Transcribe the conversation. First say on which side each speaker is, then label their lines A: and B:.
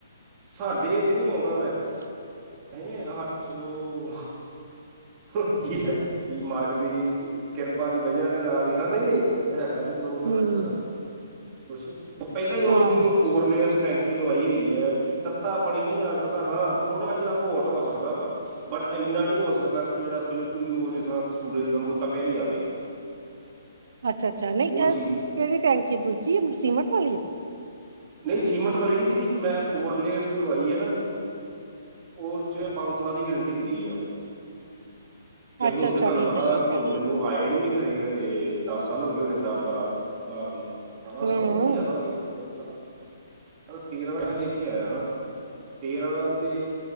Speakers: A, on the right; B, on the right.
A: ਸਾਡੇ ਇਥੇ ਨਹੀਂ ਆਉਂਦਾ ਵੈ
B: <inaudible>
A: ਇਹ ਹਾ ਚਲੋ, ਕੀ ਆ <unintelligible> ਕੀ ਮਾਲਕ ਦੀ ਕਿਰਪਾ ਦੀ ਵਜ੍ਹਾ ਦੇ ਨਾਲ ਹੀ ਹਾਂ ਨਈ-ਨਈ ਹੈਗਾ ਤੇ ਚਲੋ,
B: ਹਮ
A: ਉਹਨਾਂ ਦਾ ਸਾਰਾ ਕੁਛ, ਪਹਿਲਾਂ ਹੀ
B: ਹਾਂ
A: ਓਦੋ ਦੀ ਉਹ ਫੋਰਲੇਸ ਟੈਂਕ ਕੀ ਲਵਾਈ ਹੋਈ ਐ, ਕੀ ਤੱਤਾ ਪਾਣੀ ਨੀ ਆ ਸਕਦਾ ਹਾਂ ਥੋੜ੍ਹਾ ਜਿਹਾ ਹੋਟ ਹੋ ਸਕਦਾ ਵਾ ਬਟ ਇੰਨਾ ਨੀ ਹੋ ਸਕਦਾ ਕਿ ਜਿਹੜਾ ਬਿਲਕੁਲ ਹੀ ਉਹ ਅਜਿਹਾ ਸੂਰਜ ਵਾਂਗੂ ਤਪਿਆ ਈ ਆਵੇ
B: ਅੱਛਾ- ਅੱਛਾ ਨਈ
A: ਉਹ
B: ਇਹ
A: ਚੀਜ਼
B: ਕਿਹੜੀ ਟੈਂਕੀ ਦੂਜੀ ਐ ਸੀਮਿੰਟ ਵਾਲੀ
A: ਨਈ ਸੀਮਿੰਟ ਵਾਲੀ ਨੀ ਦੀਦੀ ਮੈਂ ਫੋਰ ਲੇਅਰਜ ਲਵਾਈ ਐ ਨਾ ਓਸ'ਚ' ਪੰਜ ਸਾਲ ਦੀ ਗਰੰਟੀ ਹੁੰਦੀ ਆ ਤੇ
B: ਅੱਛਾ-ਅੱਛਾ
A: ਹੁਣ ਤੇ ਤੁਹਾਨੂੰ
B: ਠੀਕ
A: ਪਤਾ
B: ਹੈ ਠੀਕ
A: ਕੀ ਹੁਣ
B: ਹੈ
A: ਮੈਨੂੰ ਆਏ ਨੂੰ ਵੀ ਘਰੇ- ਘਰੇ ਦਸ ਸਾਲ ਹੋ ਗਏ ਹੋਣੇ ਆ, ਦਸ- ਬਾਰਾਂ-ਬਾਰਾਂ
B: ਹੂੰ
A: ਸਾਲ ਤੋਂ ਵੀ ਜ਼ਿਆਦਾ ਹੋ ਗਏ ਹੋਣੇ ਮੈ ਤੇਰਾ ਸੰਨ 'ਚ' ਇੱਥੇ ਆਇਆ ਹਾਂ ਤੇਰਾਂ ਤੇ